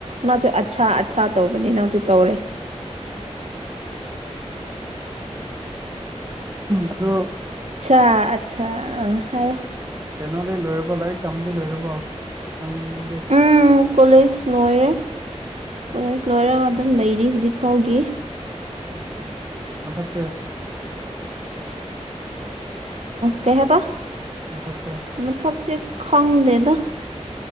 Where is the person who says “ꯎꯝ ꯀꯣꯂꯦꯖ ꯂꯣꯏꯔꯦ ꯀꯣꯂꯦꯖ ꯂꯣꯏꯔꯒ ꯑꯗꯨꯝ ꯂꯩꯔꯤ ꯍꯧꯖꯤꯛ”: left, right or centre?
Right